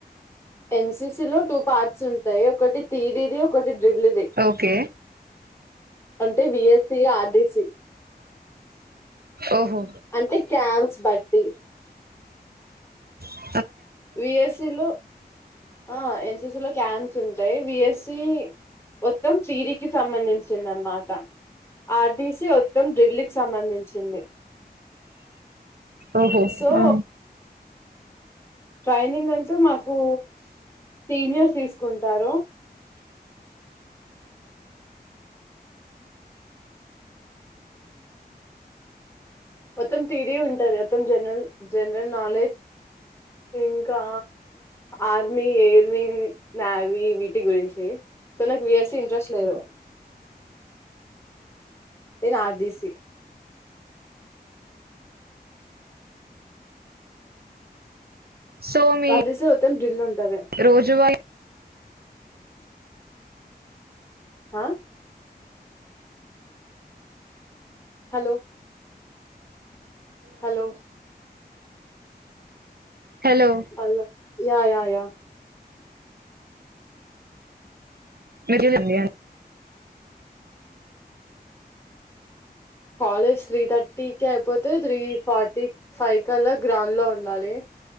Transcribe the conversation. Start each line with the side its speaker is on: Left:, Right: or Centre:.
Left: ఎన్సీసి లో టూ పార్ట్స్ ఉంటాయి ఒకటి థిరీది ఒకటి రీల్ ది
Right: ఓకే
Left: అంటే విఎస్సి ఆర్డీసీ
Right: ఓహో
Left: అంటే క్యాంప్స్ బట్టి
Right: మ
Left: వి ఎస్ సి లో ఆ ఎన్ సి సి లో <unintelligible> తింటాయి విఎస్సి మొత్తం థిరీకి సంబంధించింది అన్మాట ఆర్టీసి మొత్తం డ్రిల్ కి సంబంధించింది
Right: ఓహో
Left: సో
Right: ఆ.
Left: ట్రైనింగ్ అంటూ మాకు సీనియర్స్ తీసుకుంటారు మొత్తం థిరీ ఉంటాది మొత్తం జనరల్ జనరల్ నాలెడ్జ్ ఇంకా ఆర్మీ ఎయిర్ వింగ్ నావీ వీటి గురించి సో నాకు విఎస్సి ఇంట్రెస్ట్ లేదు నేను ఆర్ బి సి
Right: సో మీ
Left: అది శదివితే డ్రిల్ ఉంటది
Right: రోజువారీ
Left: హా hello hello
Right: hello
Left: hello yeah yeah yeah
Right: <unintelligible>
Left: college three థర్టీకి అయిపోతే త్రీ ఫార్టీ ఫైవ్ కి అలా గ్రౌండ్ లో ఉండాలి